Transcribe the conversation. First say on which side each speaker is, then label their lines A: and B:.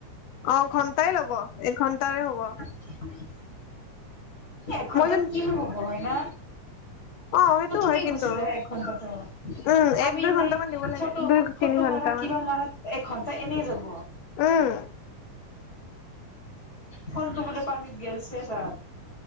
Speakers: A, on the left; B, on the left.
A: অ ঘণ্টাই লব এঘণ্টাৰে হব
B: <inaudible> এঘণ্টাত
A: মই যোন
B: কিনো হ'ব হয় না
A: অ সেইটো
B: পতককে
A: হয় কিন্তু
B: গুচি যায় এক ঘণ্টাতো
A: উম
B: আমি
A: এক দুই
B: এনে
A: ঘন্টা মান দিব লাগে
B: ফটো
A: দুই
B: ফটো
A: তিনি ঘন্টা
B: মাৰাত কিবা
A: মান
B: মাৰাত এঘন্টা এনেই যাব।
A: উম
B: ফোনটো বোলে পানীত গেল শেষ আৰু।